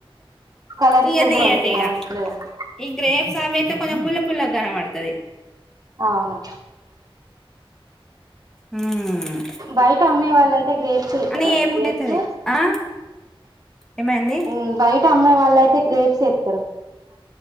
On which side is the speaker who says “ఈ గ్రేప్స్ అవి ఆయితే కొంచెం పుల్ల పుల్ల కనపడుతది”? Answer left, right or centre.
Centre